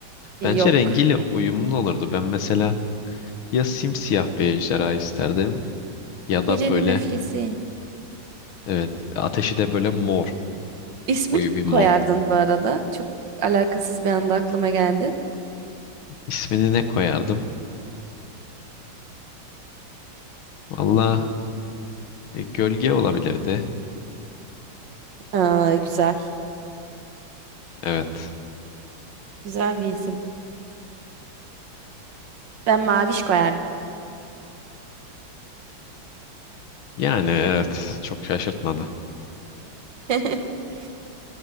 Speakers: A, on the left (about 85°); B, on the right (about 65°).
A: Bence
B: Yok.
A: rengiyle uyumlu olurdu. Ben mesela ya simsiyah bir ejderha isterdim ya
B: Gecenin
A: da böyle
B: öfkesi.
A: evet ateşi de böyle mor
B: İsmini
A: koyu
B: mi
A: bir mor.
B: koyardın bu arada? Çok alakasız bir anda aklıma geldi.
A: İsmini ne koyardım? Valla e, gölge olabilirdi.
B: Aa, güzel.
A: Evet.
B: Güzel bir isim. Ben Maviş koyardım.
A: Yani evet çok şaşırtmadı.
B: <laughs>